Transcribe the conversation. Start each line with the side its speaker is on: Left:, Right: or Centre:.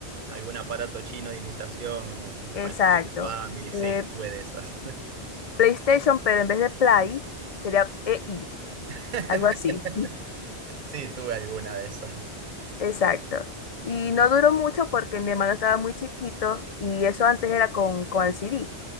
Right: Algún aparato chino de imitación, como
Left: Exacto.
Right: parecido al Family, sí,
Left: Eh,
Right: tuve de esas.
Left: PlayStation, pero en vez de Play, sería EI,
Right: <laughs>
Left: algo así.
Right: Sí, tuve alguna de esas.
Left: <laughs> Exacto. Y no duró mucho porque mi hermano estaba muy chiquito y eso antes era con, con el CD.